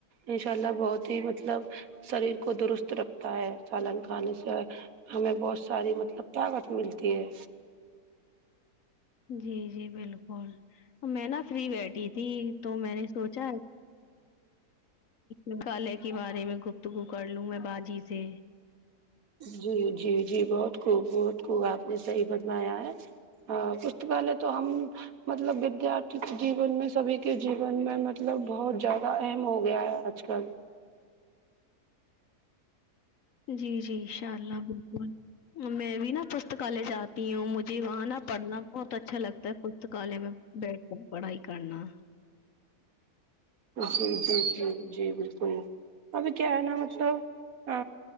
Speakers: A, on the right (about 65°); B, on the left (about 60°).
A: ان شاء اللہ بہت ہی مطلب شریر کو درست رکھتا ہے سالن کھانے سے ہمیں بہت ساری مطلب طاقت ملتی ہے
B: جی جی بالکل میں نا فری بیٹھی تھی تو میں نے سوچا نکالے کے بارے میں گفتگو کر لوں میں باجی سے
A: جی جی جی بہت خوب بہت خوب آپ نے صحیح بنوایا ہے ہاں پستکالے تو ہم مطلب ودیارتھی کے جیون میں سبھی کے جیون میں مطلب بہت زیادہ اہم ہو گیا ہے آج کل
B: جی جی ان شاء اللہ بالکل میں بھی نا پستکالے جاتی ہوں مجھے وہاں نہ پڑھنا بہت اچھا لگتا ہے تو کالج میں بیٹھ کر پڑھائی کرنا
A: جی جی جی جی بالکل ابھی کیا ہے نا مطلب آ